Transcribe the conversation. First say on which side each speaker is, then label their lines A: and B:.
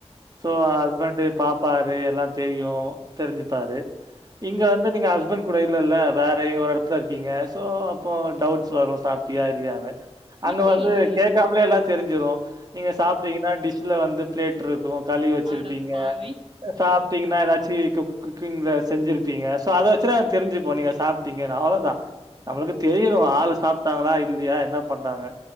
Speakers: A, on the right; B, on the right.
A: சோ ஹஸ்பண்ட் பாப்பாரு எல்லாம் தெரியும் தெரிஞ்சுப்பாரு இங்க வந்து நீங்க ஹஸ்பண்ட் கூட இல்லல்ல வேற ஒரு இடத்துல இருக்கீங்க சோ அப்போ டவுட்ஸ் வரும் சாப்பிட்டியா இல்லையானு அங்க
B: இல்லையே!
A: வந்து கேக்காமலே எல்லாத் தெரிஞ்சுரும் நீங்க சாப்பிட்டீங்கன்னா டிஷ்ல வந்து ஸ் <unintelligible> ஒ களி வச்சிருப்பீங்க
B: அட பாவி!
A: சாப்பிட்டீங்கன்னா ஏதாச்சும் குக் குக்கிங்ல செஞ்சிருப்பீங்க ஷோ அதை <unintelligible> தெரிஞ்சுப்போ நீங்க சாப்ட்டீங்கன்னு அவ்ளவுதா நம்மளுக்கு தெரியரோம் ஆள் சாப்பிட்டாங்களா இல் எழுதியா என்ன பண்றாங்க